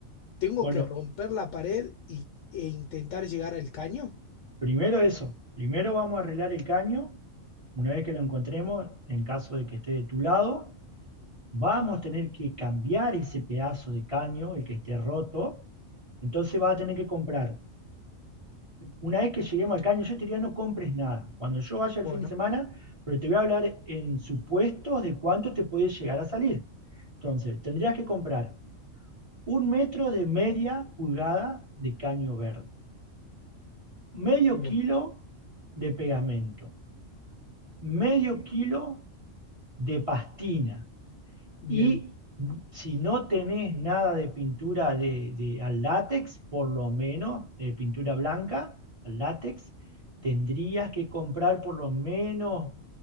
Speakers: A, on the left; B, on the right.
A: ¿Tengo
B: Bueno,
A: que romper la pared y- e intentar llegar al caño?
B: primero eso. Primero vamos a arreglar el caño. Una vez que lo encontremos, en caso de que esté de tu lado, vamos a tener que cambiar ese pedazo de caño, el que esté roto, entonces vas a tener que comprar. Una vez que lleguemos al caño, yo te diría no compres nada. Cuando yo vaya el
A: Bueno,
B: fin de semana, pero te voy a hablar en supuestos de cuánto te puede llegar a salir. Entonces, tendrías que comprar un metro de media pulgada de caño verde, medio
A: bien,
B: kilo de pegamento, medio kilo de pastina,
A: bien,
B: Y si no tenés nada de pintura de, de- al látex, por lo menos eh, pintura blanca al látex, tendrías que comprar por lo menos